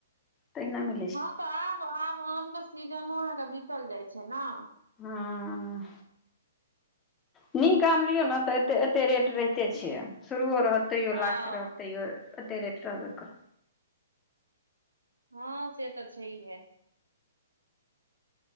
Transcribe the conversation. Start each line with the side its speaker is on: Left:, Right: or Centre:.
Left: तना <unintelligible>
Right: हँ तऽ आब आब आम के सीजनो अहके बीतल जाइ छै ने,
Left: हँ नीक आम लियौ ने
Right: आब
Left: तऽ एते रेट रहिते छिय शुरुओ रहतैयो
Right: हँ
Left: लास्ट रहतैयो एते रेट रहबे करतै,
Right: हँ से तऽ छहिए।